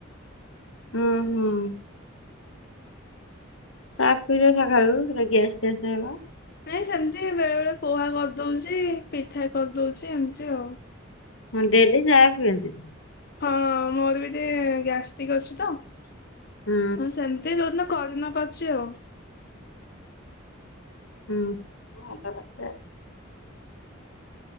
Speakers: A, on the left; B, on the left.
A: ହୁଁ ହୁଁ। ଚା ପିଉଛ ସକାଳୁ ଗ୍ୟାସ ଫ୍ୟାସ ହବ।
B: ନାଇଁ ସେମିତି ବେଳେ ବେଳେ ପୋହା କରିଦଉଛି ପିଠା କରିଦଉଛି ଏମିତି ଆଉ
A: ହଁ ଡେଲି ଚାହା ପିଅନ୍ତିି।
B: ହଁ ମୋର ବି ଟିକେ ଗ୍ୟାଷ୍ଟିକ ଅଛି ତ
A: ହୁଁ
B: ସେମ ତି ଯୋଉଦିନ କରି ନ ପାରୁଛି ଆଉ
A: ହୁଁ ଭଲ କରିଛ ଆଉ